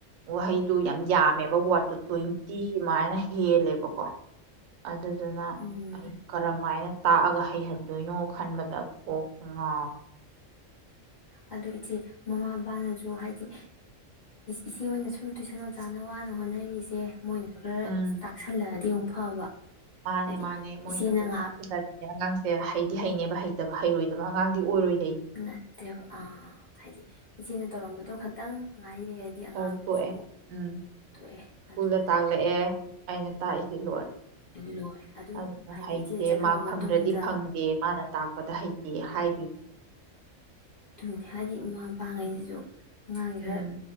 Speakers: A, on the right; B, on the left.
A: ꯋꯥꯍꯩꯗꯨ ꯌꯥꯝ ꯌꯥꯝꯃꯦꯕ ꯋꯥꯔꯠꯇꯨ ꯇ꯭ꯋꯦꯟꯇꯤ ꯃꯥꯏꯅ ꯍꯦꯜꯂꯦꯕꯀꯣ ꯑꯗꯨ ꯑꯗꯨꯅ
B: ꯎꯝ
A: ꯑꯩ ꯀꯔꯃꯥꯏꯅ ꯇꯥꯛꯑꯒ ꯍꯩꯍꯟꯗꯣꯏꯅꯣ ꯈꯟꯕꯗ ꯀꯣꯛ ꯉꯥꯎ
B: ꯑꯗꯨ ꯏꯆꯦ ꯃꯃꯥ ꯃꯄꯥꯅꯁꯨ ꯍꯥꯏꯗꯤ ꯏꯆꯦ ꯍꯣꯏꯅ ꯁꯨꯝ ꯇꯨꯏꯁꯟ ꯑꯣꯖꯥꯅ ꯋꯥꯅ ꯍꯣꯠꯅꯔꯤꯁꯦ ꯃꯣꯏꯅꯁꯨ ꯈꯔ
A: ꯎꯝ
B: ꯇꯥꯛꯁꯜꯂꯛꯑꯗꯤ ꯑꯃꯨꯛ ꯐꯕ
A: ꯃꯥꯅꯦ
B: ꯍꯥꯏꯗꯤ
A: ꯃꯥꯅꯦ ꯃꯣꯏꯅꯒ
B: ꯏꯆꯦꯅ ꯉꯥꯏꯍꯥꯛ
A: ꯇꯥꯛꯁꯤꯜꯂꯗꯤꯅꯦ ꯑꯉꯥꯡꯁꯦ ꯍꯩꯗꯤ ꯍꯩꯅꯦꯕ ꯍꯩꯇꯕ ꯍꯩꯔꯣꯏꯗꯕ ꯑꯉꯥꯡꯗꯤ ꯑꯣꯏꯔꯣꯏ
B: ꯅꯠꯇꯦꯕ ꯑꯥ ꯍꯥꯏꯗꯤ ꯏꯆꯦꯅ ꯇꯧꯔꯝꯕꯗꯨ ꯈꯇꯪ ꯉꯥꯏ ꯂꯩꯔꯗꯤ ꯑꯉꯥꯡꯗꯨꯁꯨ
A: ꯑꯣ ꯇꯣꯛꯑꯦ ꯎꯝ
B: ꯇꯣꯛꯑꯦ
A: ꯁ꯭ꯀꯨꯜꯗ
B: ꯑꯗꯨꯅ
A: ꯇꯥꯛꯂꯛꯑꯦ ꯑꯩꯅ ꯇꯥꯛꯏꯁꯤ ꯂꯣꯏꯔꯦ
B: ꯂꯣꯏ ꯑꯗꯨ
A: ꯑꯗꯨꯅ
B: ꯍꯥꯏꯗꯤ
A: ꯍꯩꯇꯦ
B: ꯏꯆꯦ ꯆꯠꯈ꯭ꯔꯕ
A: ꯃꯥꯛ ꯐꯪꯗ꯭ꯔꯗꯤ
B: ꯃꯇꯨꯡꯗ
A: ꯐꯪꯗꯦ ꯃꯥꯅ ꯇꯥꯛꯄꯗ ꯍꯩꯇꯦ ꯍꯥꯏꯗꯣꯏꯅꯤ
B: ꯑꯗꯨꯅꯦ ꯍꯥꯏꯗꯤ ꯃꯃꯥ ꯃꯄꯥꯥ <unintelligible> <unintelligible> ꯑꯉꯥꯡ ꯈꯔ
A: ꯎꯝ